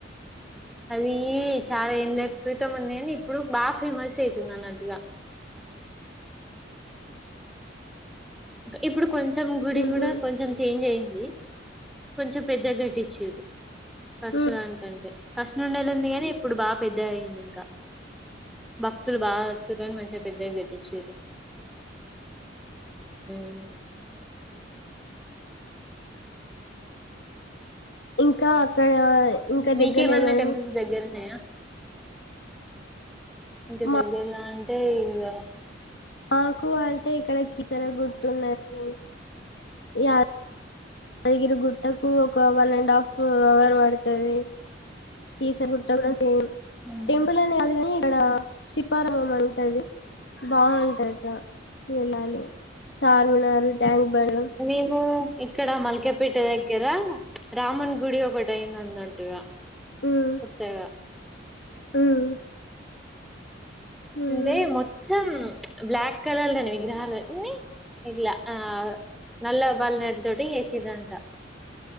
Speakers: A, in the centre; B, on the left (about 60°).
A: అదీ చాలా ఏండ్ల క్రితం ఉంది కానీ ఇప్పుడు బా ఫేమస్ ఐతుందన్నట్టుగా ఇప్పుడు కొంచెం గుడి
B: ఉహు
A: కూడా కొంచెం చేంజ్ అయింది కొంచెం పెద్ద కట్టిచ్చి ఫష్ట్
B: ఉ
A: దానికంటే ఫష్ట్ నుండెళ్ళింది కానీ ఇప్పుడు బా పెద్దగయ్యిందింక భక్తులు బా వత్తుదని మంచిగా పెద్దగా గట్టిచ్చిర్రు మ్
B: ఇంకా అక్కడ ఇంకా
A: మీకేమన్నా
B: దగ్గర ఏమైనా
A: టెంపుల్స్ దగ్గరున్నాయా ఇంక
B: మా
A: దగ్గర్లో అం టే ఇంగ
B: మాకు అంటే ఇక్కడ కిసర గుట్టున్నది ఇయ దగిరిగుట్టకు ఒ ఒక వన్ అండ్ హాఫ్ అవర్ పడుతది కీస గుట్ట కూడా సేమ్
A: మ్మ్
B: టెంపుల్ అని కాదు కాని ఇక్కడ శిల్పారామం అని టది బావుంటద వెళ్ళాలి చార్మినారు ట్యాంక్ బండ్
A: నీకు ఇక్కడ మల్కపేట దగ్గర రాముని గుడి ఒకటైయిందన్నటుగా
B: హ్మ్
A: సతేగా
B: హ్మ్ హ్మ్
A: ఇచ్చే మొత్తం బ్లాక్ కలర్లుని విగ్రహాలు అన్ని ఇట్లా ఆ నల్ల బాలనాటి తోటి చేసిరంత